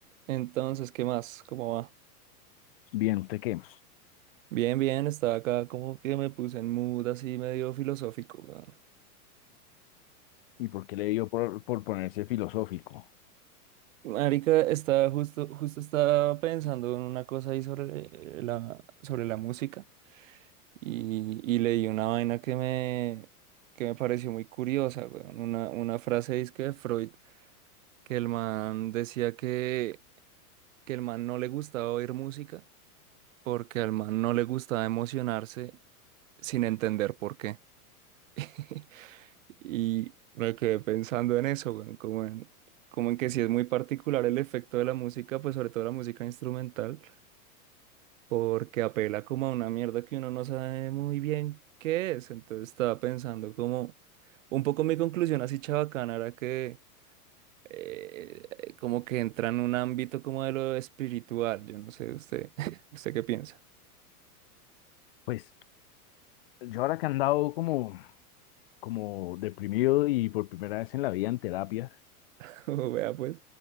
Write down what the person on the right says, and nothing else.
Entonces, ¿qué más? ¿Cómo va?
Bien, bien, estaba acá como que me puse en mood así medio filosófico. weón.
Marica, estaba justo, justo estaba pensando en una cosa ahí sobre eh, la, sobre la música y, y leí una vaina que me, que me pareció muy curiosa, weón. Una, una frase disque de Freud, que el man decía que, que el man no le gustaba oír música porque al man no le gustaba emocionarse sin entender por qué. <laughs> Y me quedé pensando en eso, weón, como en, como en que sí es muy particular el efecto de la música, pues sobre todo la música instrumental, porque apela como a una mierda que uno no sabe muy bien qué es. Entonces estaba pensando como un poco mi conclusión así chabacana era que eh, como que entra en un ámbito como de lo espiritual. Yo no sé, usted, <laughs> ¿usted qué piensa?
<laughs> Vea pues.